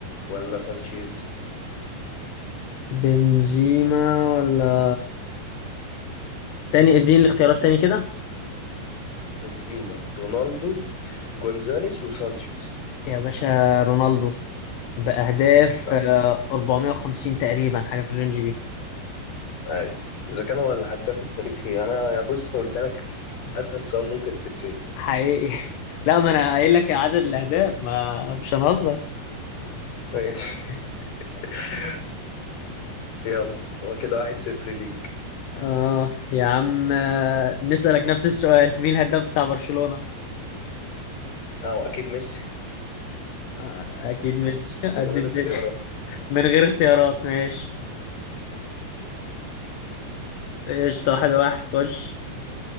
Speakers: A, on the left (about 50°); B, on the left (about 75°).
A: ولا سانشيز
B: بنزيما ولا تاني اديني الاختيارات تاني كده
A: بنزيما رونالدو جونزاليس وسانشيز
B: يا باشا رونالدو بأهداف
A: صح
B: آه، 450 تقريبا حاجة في الرينج دي
A: ايوه اذا كان هو الهداف التاريخي انا يا بص قلت لك اسهل سؤال ممكن تتسال
B: حقيقي <laughs> لا ما انا قايل لك عدد الأهداف ما مش هنهزر
A: ماشي <laughs> يلا هو كده واحد صفر ليك
B: اه يا عم آه، نسألك نفس السؤال مين الهداف بتاع برشلونة
A: اه اكيد ميسي
B: آه، اكيد ميسي <laughs>
A: من
B: قد
A: غير
B: الدنيا
A: اختيارات
B: من غير اختيارات ماشي قشطة واحد واحد خش